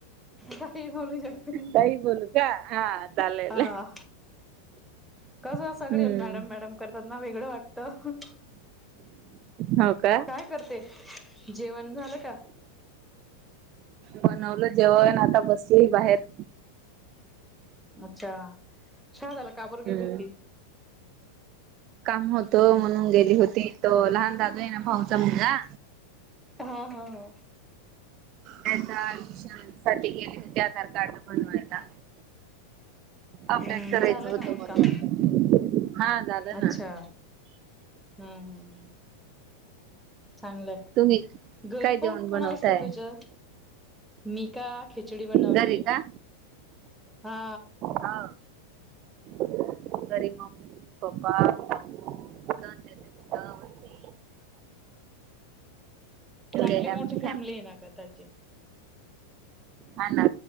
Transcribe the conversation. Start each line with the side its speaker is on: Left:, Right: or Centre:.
Centre: ताई बोलू शकते
Right: ताई बोलू का हा चालेल.
Centre: हा कसं
Right: हम्म
Centre: सगडे मॅडम मॅडम, करतात ना वेगळं वाटतं.
Right: होव का.
Centre: काय करते जेवण झालं का.
Right: बनवलं जेवण, आता बसली बाहेर.
Centre: अच्छा शादाला का बर गेली
Right: हम्म
Centre: होती.
Right: काम होत म्हणून गेली होती, तो लहान दादू आहे ना भाऊचा मुलगा.
Centre: हां हां हां
Right: त्याचा शाळे साठी गेले, होते आधार कार्ड बनवायला. अपडेट
Centre: हम्म
Right: करायचं,
Centre: झालं
Right: होतं
Centre: का मग
Right: म्हणून
Centre: काम
Right: हा. झालं
Centre: अच्छा
Right: ना
Centre: हं हं हं. चांगलंय
Right: तुम्ही
Centre: घरी
Right: काय
Centre: कोण
Right: जेवण
Centre: कोण
Right: बनवताय
Centre: असत तुझ्या. मी का खिचडी बनवलीय
Right: घरी का
Centre: हा.
Right: हा घरी मम्मी पप्पा भाऊ. तुझं न त्याच पुढ होईल बी.
Centre: चांगली
Right: आहे आमची
Centre: मोठी फॅमिली आहे ना ग त्याची.
Right: हा ना